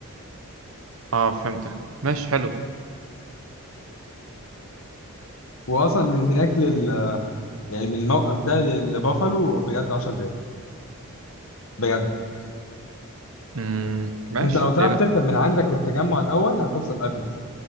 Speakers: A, on the right (about 70°); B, on the left (about 65°).
A: اه فهمتك ماشي حلو كده
B: واصلا من هناك لل يعني من الموقف ده ل- لبافلو بجد 10 دقايق بجد
A: امم ماشي
B: انت لو تعرف
A: ليه لا
B: تركب من عندك للتجمع الاول هتوصل قبل